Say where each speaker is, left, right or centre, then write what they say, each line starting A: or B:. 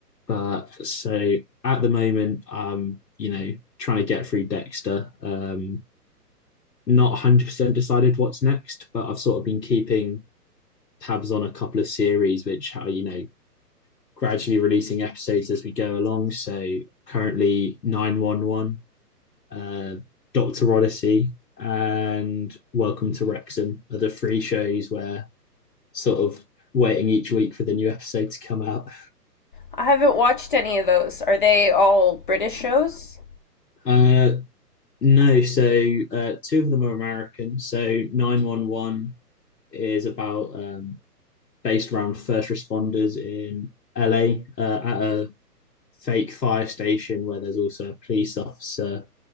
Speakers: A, on the left; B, on the left.
A: but so at the moment, I'm, you know, trying to get through Dexter. Um, not 100% decided what's next, but I've sort of been keeping tabs on a couple of series which are, you know, gradually releasing episodes as we go along. So currently 911, uh, Dr. Odyssey, and Welcome to Wrexham are the three shows where sort of waiting each week for the new episode to come out.
B: I haven't watched any of those. Are they all British shows?
A: Uh, no, so uh, two of them are American. So 911 is about um, based around first responders in LA uh, at a fake fire station where there's also a police officer.